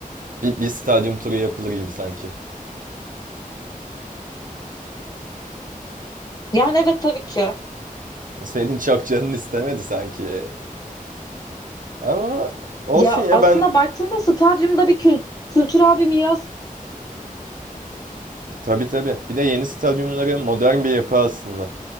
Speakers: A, on the right (about 65°); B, on the left (about 25°).
A: Bir, bir stadyum turu yapılır gibi sanki.
B: Yani evet tabii ki.
A: <laughs> Senin çok canın istemedi sanki. Ama olsun
B: Ya
A: ya
B: aslında
A: ben
B: baktığında stadyumda bir kül- kültürel bir miras
A: tabii tabii. Bir de yeni stadyumları modern bir yapı aslında.